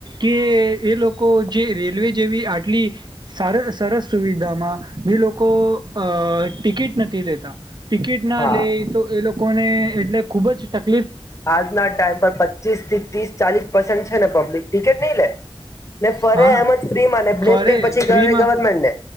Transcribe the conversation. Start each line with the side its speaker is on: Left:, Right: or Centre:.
Right: કે એ લોકો જે રેલવે જેવી આટલી સા સરસ સુવિધામાં એ લોકો અ ટિકિટ નથી દેતા ટિકિટ ના
Left: હા
Right: લે તો એ લોકોને એટલે ખુબ જ તક
Left: આજના ટાઈમ પર પચીસ થી ત્રીસ ચાલીસ પર્સન્ટ છે ને પબ્લિક ટિકેટ નહી લે ને ફરે
Right: હા
Left: એમ જ ફ્રી ને બ્લેમ
Right: ફરે
Left: પ પછી
Right: ફ્રીમાં
Left: ગવર્મેન્ટ ને